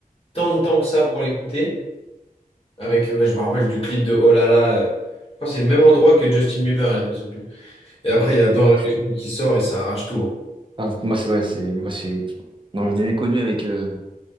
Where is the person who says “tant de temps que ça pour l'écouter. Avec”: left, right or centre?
Left